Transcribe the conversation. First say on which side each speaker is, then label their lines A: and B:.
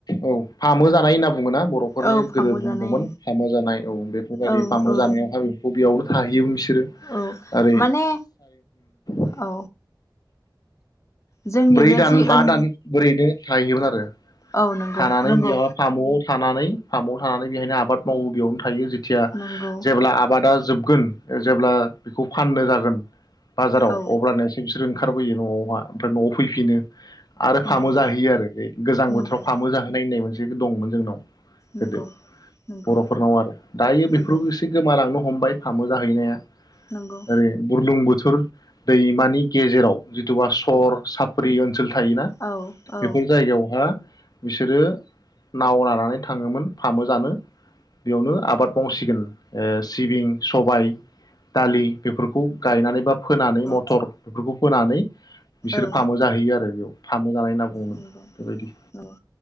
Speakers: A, on the left; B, on the left.
A: औ। फामु जानाय होनना बुङो। बुङोना बर'फोरनि
B: औ फामु
A: गोदो बुंदोंमोन
B: जानाय
A: फामु जानाय औ बेफोरबायदि
B: औ
A: फामु
B: औ
A: जानायावहाय बेयावनो हायो <inaudible> <inaudible>
B: औ
A: ओरै
B: माने
A: <inaudible>
B: औ जोंनि
A: ब्रै
B: बे
A: दान
B: जि
A: बा
B: ओन
A: दान ओरैनो थाहैयोमोन आरो।
B: औ नंगौ
A: थानानै
B: नंगौ
A: बेयावहाय फामुआव थानानै फार्माव थानानै बेहायनो आबाद मावो बेयावनो थायो।
B: नंगौ
A: जेब्ला आबादा जोबगोन जेब्ला बेखौ फाननो जागोन बाजाराव
B: औ
A: अब्लानो ओंखारबोयो न'आवहा ओमफ्राय न'आव फैफिनो। आरो
B: नंगौ
A: फामु जाहैयो आरो गोजां बोथोराव
B: नंगौ
A: फाममु जाहोनाय होननाय मोनसे दंमोन जोंनाव
B: नंगौ
A: गोदो
B: नंगौ
A: बर'फोरनाव आरो दायो बेफोरखौ
B: नंगौ
A: एसे गोमालांनो हमबाय फामु जाहैनाया
B: नंगौ
A: आरै बुरलुंबुथुर दैमानि गेजेराव जिथुुबा सर साप्रि ओनसोल ओनसोल थायोना
B: औ
A: बेफोर
B: औ
A: जायगायावहा बिसोरो नाव लानानै थाङोमोन फामु जानो बेयावनो आबाद मावसिगोन सिबिं, सबाय, दालि बेफोरखौ गायनानै बा फोनानै
B: औ
A: मटर बेफोरखौ फोनानै बिसोरो
B: औ
A: फामु जाहैयो आरो बेयाव। फामु जानाय होनना बुङोमोन
B: नंगौ
A: बेबायदि।
B: नंगौ